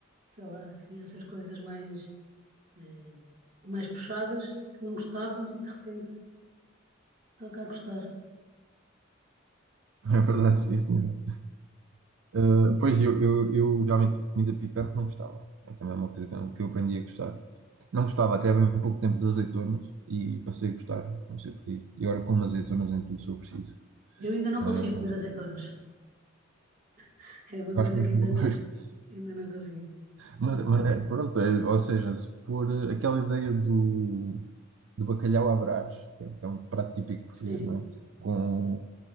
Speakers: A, on the right (about 45°); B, on the right (about 70°).
A: sei lá, assim, essas coisas mais, eh, mais puxadas, que não gostávamos e de repente toca a gostar.
B: É verdade, sim, senhor. Eh, pois, eu, eu, eu realmente, comida picante não gostava. É também uma coisa que eu que eu aprendi a gostar. Não gostava até há bem pouco tempo de azeitonas e passei a gostar, não sei porquê. E agora como azeitonas em tudo se eu preciso.
A: Eu ainda não consigo
B: Ah,
A: comer azeitonas, <laughs> é uma
B: eu
A: coisa
B: acho muito
A: que ainda
B: bom.
A: não,
B: <laughs>
A: ainda não consegui.
B: Mas, mas é, pronto, é, ou seja, se for eh, aquela ideia do, do bacalhau à Brás, que é, que é um prato típico português,
A: Sim,
B: não é? Com,